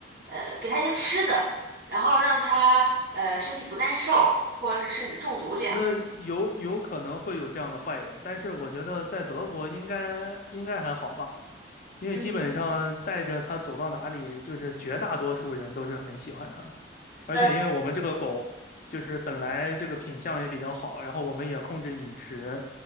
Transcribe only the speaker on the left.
那有有可能会有这样的坏人，但是我觉得在德国应该应该还好吧。因为基本上带着它走到哪里，
就是绝大多数人都是很喜欢它的。而且因为我们这个狗就是本来这个品相也比较好，
然后我们也控制饮食，